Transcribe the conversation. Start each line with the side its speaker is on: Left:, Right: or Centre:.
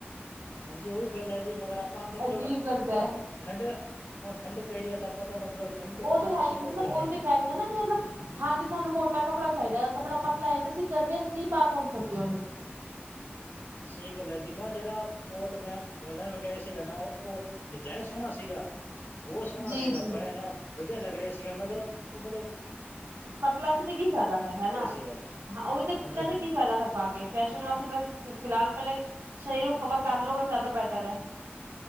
Left: ਹਾਂਜੀ ਉਹੀ ਗੱਲ ਹੈ ਜੀ ਮਗਰ ਆਪਾਂ ਮਤਲਬ
Right: ਅਜੀਬ ਲੱਗਦਾ
Left: ਹੁਣ
Right: ਹੈ
Left: ਠੰਡ ਹੁਣ ਠੰਡ ਪੇਰੀ ਤਾਂ ਪਤਾ ਮਤਲਬ ਠੰਡ ਤੋਂ
Right: ਉਹ
Left: ਬਚਣ
Right: ਤਾਂ
Left: ਵਾਸਤੇ
Right: ਹੈ ਹੀ
Left: ਕੋਟ
Right: ਮਤਲਬ
Left: ਲੈਂਦੇ
Right: ਉਹੀ
Left: ਹਾਂ
Right: ਤਾਂ ਕਹਿ ਰਹੇ ਆ ਨਾ ਕਿ ਮਤਲਬ ਠੰਡ ਸਾਨੂੰ ਮੋਟਾ ਕੱਪੜਾ ਚਾਹੀਦਾ ਅ ਕੱਪੜਾ ਪਤਲਾ ਏ ਤੇ ਅਸੀਂ ਗਰਮੀਆਂ ਚਚ ਨਹੀਂ ਪਾ ਘੁੰਮ ਸਕਦੇ ਉਹਨੂੰ।
Left: ਸਹੀ ਗੱਲ ਹੈ ਜੀ ਮੈਂ ਜਿਹੜਾ ਕੋਟ ਮੈਂ ਔਨਲਾਈਨ ਮੰਗਾਯਾ ਸੀਗਾ ਨਾ ਉਹ ਉਹ ਡਿਜਾਇਨ ਸੋਹਣਾ ਸੀਗਾ ਬਹੁਤ ਸੋਹਣਾ
Right: ਜੀ
Left: ਸੀਗਾ
Right: ਜੀ।
Left: ਪਾਇਆ ਇਹਨਾ ਵਧੀਆ ਲੱਗ ਰਿਹਾ ਸੀਗਾ ਮਗਰ ਉਹ ਮਤਬ
Right: ਪਤਲਾ ਸੀ ਤੇ ਕੀ ਫਾਇਦਾ ਫਿਰ ਹਨਾਂ
Left: ਸੀਗਾ
Right: ਉਹੀ ਤੇ ਪਤਲਾ
Left: ਹਾਂਜੀ ਹਾਂਜੀ
Right: ਤੇ ਕੀ ਫਾਇਦਾ ਫਿਰ ਪਾ ਕੇ ਫੈਸ਼ਨ ਵਾਸਤੇ ਤਾਂ ਫਿਲਹਾਲ ਪਹਿਲੇ ਸ਼ਰੀਰ ਨੂੰ ਕਵਰ ਕਰ ਲੋ ਜ਼ਿਆਦਾ ਬੈਟਰ ਐ